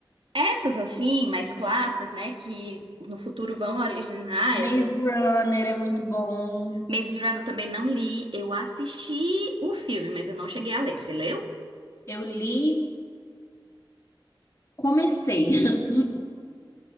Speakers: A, on the right; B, on the left.
A: Essas assim, mais clássicas, né? Que no futuro vão originar
B: Maze
A: essas.
B: Runner é muito bom.
A: Maze Runner eu também não li. Eu assisti o filme, mas eu não cheguei a ler. Você leu?
B: Eu li, comecei. <laughs>